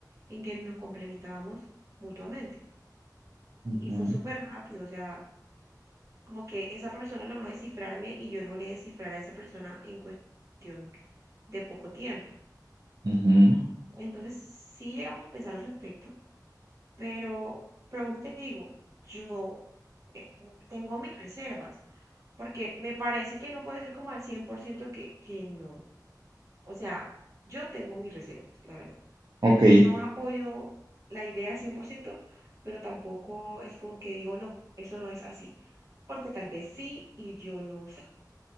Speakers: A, on the right; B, on the right.
A: en que nos complementábamos mutuamente.
B: Ujú,
A: Y fue súper rápido, o sea, como que esa persona logró descifrarme y yo logré descifrar a esa persona en cuestión de poco tiempo.
B: ujú.
A: Entonces sí llegamos a pensar al respecto, pero, pero vuelvo te digo, yo eh, tengo mis reservas, porque me parece que no puede ser como al 100% que, que no. O sea, yo tengo mis reservas, la verdad.
B: Ok.
A: No apoyo la idea 100%, pero tampoco es como que digo, no, eso no es así. Porque tal vez sí y yo no sé.